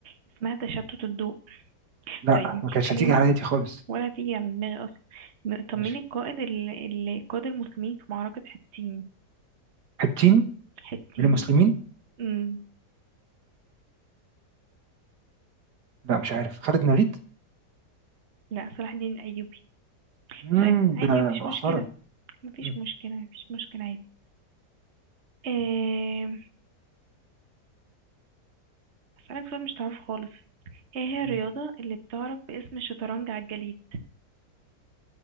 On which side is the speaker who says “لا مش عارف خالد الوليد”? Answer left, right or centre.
Right